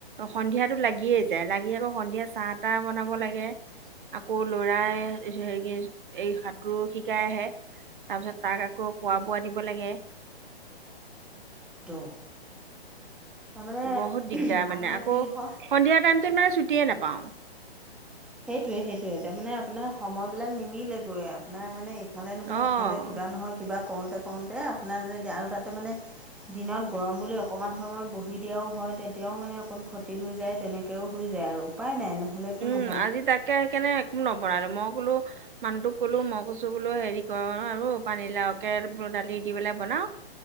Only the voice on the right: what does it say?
সন্ধিয়াতো লাগিয়ে যায় লাগি আকৌ সন্ধিয়া চাহ- তাহ বনাব লাগে। আকৌ ল'ৰাই <unintelligible> কোৰু শিকাই আহে তাৰ পিছত তাক আকৌ খোৱা বোৱা দিব লাগে।
বহুত দিগদাৰ মানে
আকৌ
সন্ধিয়া টাইমত মানে ছুটিয়ে নাপাওঁ।
অ
উ আজি তাকে সেই কেনে একো নবনালো মই ক'লো মানুহটোক ক'লো মই কৈচো বোলো হেৰি কৰ আৰু পানীলাও, কে ব দালি দি পেলাই বনাও।